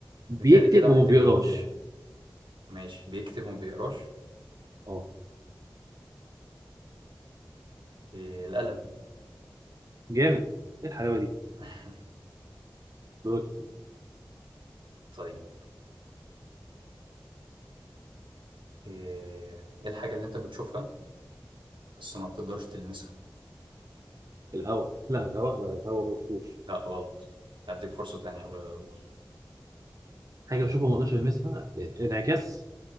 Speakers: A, on the right; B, on the right.
A: بيكتب
B: متهيألي كده
A: وما
B: محتاجين
A: بيقراش
B: آه، ماشي بيكتب وما بيقراش
A: اه
B: إيه القلم
A: جامد ايه الحلاوه دي
B: <laughs>
A: دوت
B: طيب إيه إيه الحاجه اللي انت بتشوفها بس ما بتقدرش تلمسها
A: الهواء لا الهواء لا الهواء ما بشوفوش
B: لا غلط هديك فرصة تانية قول قول.
A: حاجه بشوفها ما اقدرش المسها انعكاس